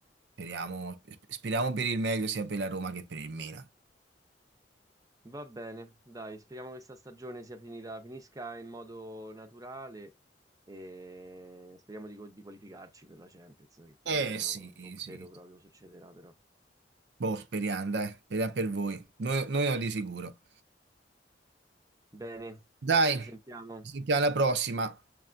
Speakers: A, on the right; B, on the right.
A: Speriamo, speriamo per il meglio sia per la Roma che per il Milan.
B: Va bene, dai, speriamo che questa stagione sia finita, finisca in modo naturale e speriamo di, co- di qualificarci per la Champions, che ti
A: Eh
B: dicono,
A: sì,
B: non credo
A: sì.
B: proprio succederà però.
A: Boh, speriamo, dai, speriamo per voi. Noi, noi no di sicuro.
B: Bene,
A: Dai,
B: ci sentiamo.
A: ci sentiamo alla prossima.